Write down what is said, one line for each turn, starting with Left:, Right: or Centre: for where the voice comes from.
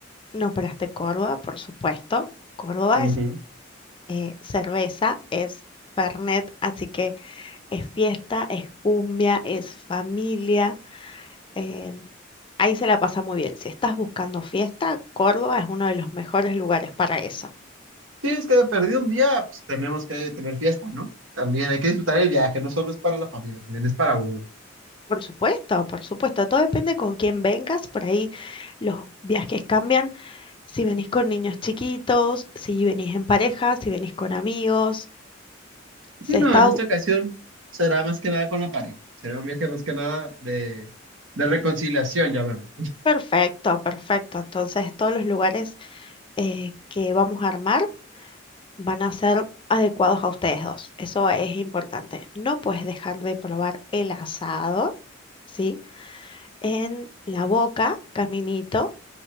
Left: No operaste Córdoba, por supuesto. Córdoba
Right: Ujú.
Left: es eh, cerveza, es Fernet, así que es fiesta, es cumbia, es familia. eh, ahí se la pasa muy bien. Si estás buscando fiesta, Córdoba es uno de los mejores lugares para eso.
Right: Sí, es que de perdido un día, pues tenemos que tener fiesta, ¿no? También hay que disfrutar el viaje, no solo es para la familia, también es para uno.
Left: Por supuesto, por supuesto, todo depende con quién vengas, por ahí los viajes cambian, si venís con niños chiquitos, si venís en pareja, si venís con amigos, se
Right: Sí,
Left: está
Right: no, en esta
Left: u-
Right: ocasión será más que nada con la pareja, será un viaje más que nada de, de reconciliación, ya vemos.
Left: perfecto, perfecto. Entonces todos los lugares eh, que vamos a armar van a ser adecuados a ustedes dos, eso es importante. No puedes dejar de probar el asado, ¿sí? En La Boca, Caminito.